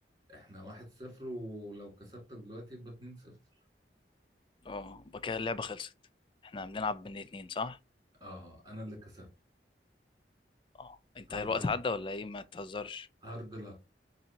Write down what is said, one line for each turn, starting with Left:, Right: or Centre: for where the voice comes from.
Right: احنا واحد صفر ولو كسبتك دلوقتي يبقى اتنين صفر
Left: اه يبقى كده اللعبة خلصت احنا بنلعب بين اتنين صح
Right: اه انا اللي كسبت
Left: اه انت
Right: هارد
Left: الوقت
Right: لك
Left: عدى ولا ايه ما تهزرش
Right: هارد لك